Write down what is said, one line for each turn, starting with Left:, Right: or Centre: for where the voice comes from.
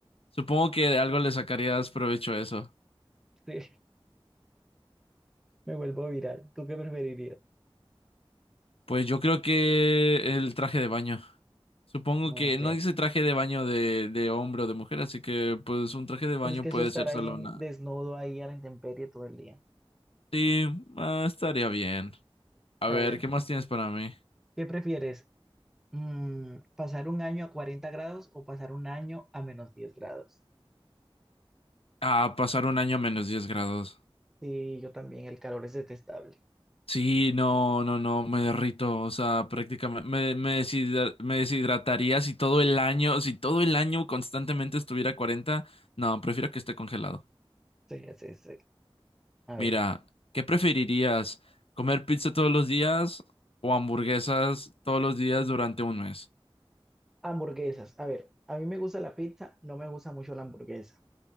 Left: supongo que de algo le sacarías provecho a eso.
Centre: Sí, me vuelvo viral. ¿Tú qué preferirías?
Left: Pues yo creo que el traje de baño. Supongo
Centre: No,
Left: que
Centre: Ok.
Left: no dice traje de baño de, de hombre o de mujer, así que pues un traje de baño
Centre: Pero es que
Left: puede
Centre: eso estar
Left: ser
Centre: ahí
Left: solo
Centre: en,
Left: una.
Centre: desnudo ahí a la intemperie todo el día.
Left: Sí, ah, estaría bien. A
Centre: A
Left: ver,
Centre: ver,
Left: ¿qué más tienes para mí?
Centre: ¿qué prefieres? Mm, ¿pasar un año a 40 grados o pasar un año a menos 10 grados?
Left: Ah, pasar un año a menos 10 grados.
Centre: Sí, yo también, el calor es detestable.
Left: Sí, no, no, no, me derrito, o sea, prácticamente me, me, deshidra- me deshidrataría si todo el año, si todo el año constantemente estuviera a 40, no, prefiero que esté congelado.
Centre: Sí, sí, sí. A
Left: Mira,
Centre: ver,
Left: ¿qué preferirías? ¿Comer pizza todos los días o hamburguesas todos los días durante un mes?
Centre: hamburguesas. A ver, a mí me gusta la pizza, no me gusta mucho la hamburguesa,